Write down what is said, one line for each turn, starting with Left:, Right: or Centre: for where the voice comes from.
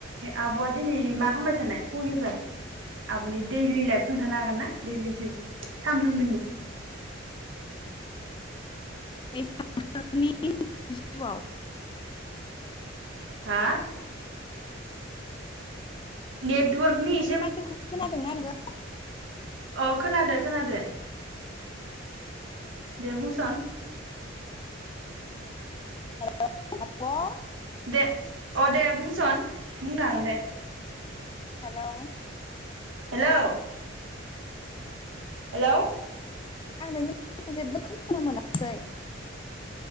Right: आबआ दिनै मा खालामबाय थानाय फुंनिफ्राय आबनि दैलि लाइफ खोनन्थानो हागोनना दैलि जिउ सानफ्रोमबोनि
Left: <inaudible> सानफ्रोमबोनि जिवआव
Right: हा नेत <unintelligible> एसे
Left: आंनि माथोखौ खोनादोंना नोंङो
Right: ओ खोनादो खोनादो
Left: <inaudible>
Right: दे बुंसोन
Left: <unintelligible>
Right: दे अ दे बुंसन बुंनो हागोन दे
Left: हेलौ
Right: हेलौ हेलौ
Left: आं नोंनि माथोखौ जेबो खोनानो मोनासै